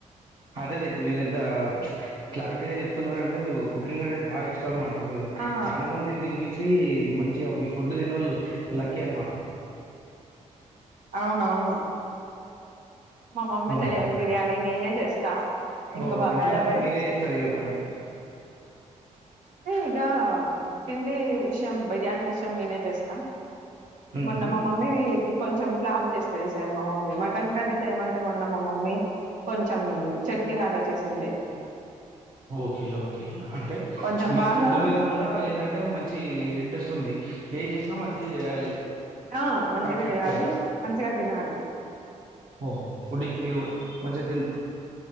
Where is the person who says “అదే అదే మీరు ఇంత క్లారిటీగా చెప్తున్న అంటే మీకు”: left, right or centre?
Right